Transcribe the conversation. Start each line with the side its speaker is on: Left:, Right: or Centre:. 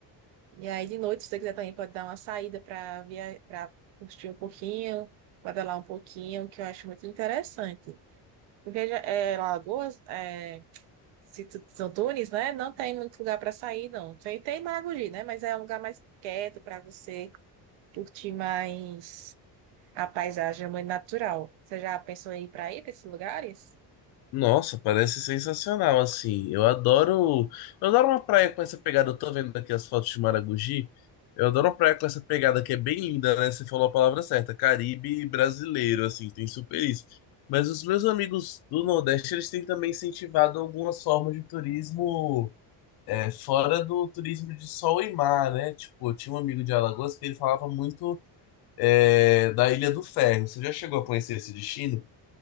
Right: E aí, de noite, se você quiser também, pode dar uma saída para via... para curtir um pouquinho, pedalar um pouquinho, que eu acho muito interessante. Porque já- é, Lagoas, é, se tu- São Tunes, né? Não tem muito lugar para sair, não. Tem, tem Maragogi, né? Mas é um lugar mais quieto para você curtir mais a paisagem muito natural. Você já pensou em ir para aí, para esses lugares?
Left: Nossa, parece sensacional, assim. Eu adoro. Eu adoro uma praia com essa pegada. Eu tô vendo aqui as fotos de Maragogi. Eu adoro uma praia com essa pegada que é bem linda, né? Você falou a palavra certa. Caribe brasileiro, assim, tem super isso. Mas os meus amigos do Nordeste, eles têm também incentivado algumas formas de turismo É, fora do turismo de sol e mar, né? Tipo, eu tinha um amigo de Alagoas que ele falava muito é, da Ilha do Ferro. Você já chegou a conhecer esse destino?